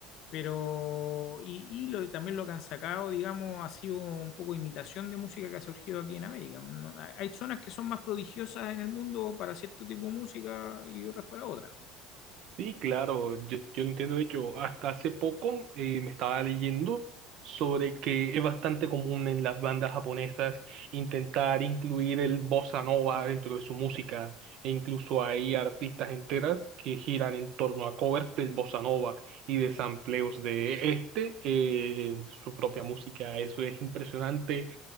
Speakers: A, on the left; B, on the right.
A: Pero, y, y lo, también lo que han sacado, digamos, ha sido un poco imitación de música que ha surgido aquí en América. No- hay hay zonas que son más prodigiosas en el mundo para cierto tipo de música y otras para otras.
B: Sí, claro, yo, yo lo entiendo. De hecho, hasta hace poco eh, me estaba leyendo sobre que es bastante común en las bandas japonesas intentar incluir el bossa nova dentro de su música. E incluso hay artistas enteras que giran en torno a covers del bossa nova y de sampleos de este eh, en su propia música. Eso es impresionante,